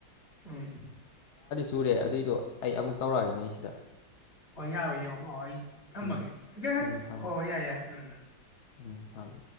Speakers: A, on the left; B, on the left.
A: ꯎꯝ
B: ꯆꯨꯔꯦ ꯑꯗꯨꯏꯗꯣ ꯑꯩ ꯑꯃꯨꯛ ꯇꯧꯔꯛꯑꯒꯦ ꯑꯩ ꯁꯤꯗ
A: ꯍꯣ ꯌꯥꯕ꯭ꯔ ꯌꯦꯡꯉꯣ ꯀꯣ ꯑꯩ ꯊꯝꯃꯒꯦ
B: ꯎꯝ
A: ꯑꯩꯍꯥꯛ
B: ꯎꯝ ꯊꯝꯃꯦ
A: ꯍꯣ ꯍꯣꯏ ꯌꯥꯏ ꯌꯥꯏ ꯎꯝ
B: ꯎꯝ ꯊꯝꯃꯦ